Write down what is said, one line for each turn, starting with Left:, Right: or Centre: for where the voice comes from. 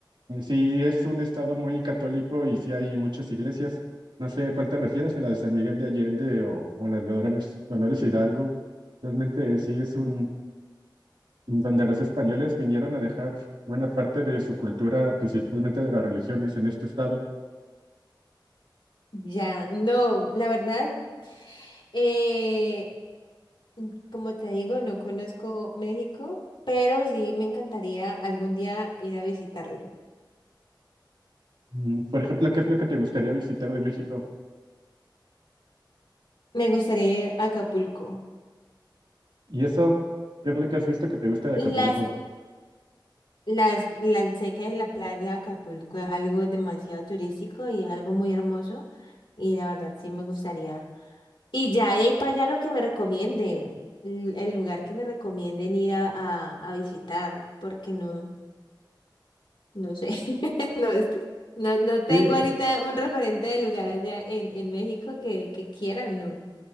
Right: eh, sí es un estado muy católico y sí hay muchas iglesias. No sé a cuál te refieres, si la de San Miguel de Allende o, o la de Dolores, Dolores Hidalgo. Realmente sí es un, donde los españoles vinieron a dejar buena parte de su cultura, principalmente de las religiones, en este estado.
Left: Ya, no, la verdad, eh, Mm, Como te digo, no conozco México, pero sí me encantaría algún día ir a visitarlo.
Right: Mm, Por ejemplo, ¿qué es lo que te gustaría visitar de México?
Left: Me gustaría ir a Acapulco.
Right: Y eso, ¿qué es lo que has visto que te gusta de
Left: Las,
Right: Acapulco?
Left: las, las, sé que la playa de Acapulco es algo demasiado turístico y es algo muy hermoso. Y la verdad sí me gustaría. Y ya de ahí para allá lo que me recomienden, l- el lugar que me recomienden ir a, a, a visitar, porque no, no sé. <laughs> No, este- no, no tengo
Right: Sí,
Left: ahorita un referente de lugar allá en, en México que, que quieran, no.